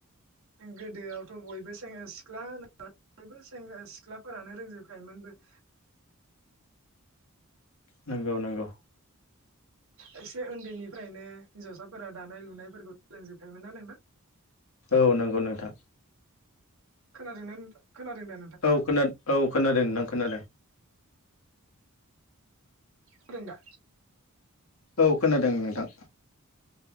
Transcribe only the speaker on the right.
गोदोआवथ' बयबोें सिख्ला होनोब बें सिख्लाफोरानो रोंजोबखायोमोनबो <unintelligible>
एसे उन्दैनिफ्रायनो हिनजावसाफोरा दानाय लुनायफोरखौ सोलोंजोबखायोन ना नोंथां।
खोनादोंना नोंथां। खोनादों दा
फोरोंदा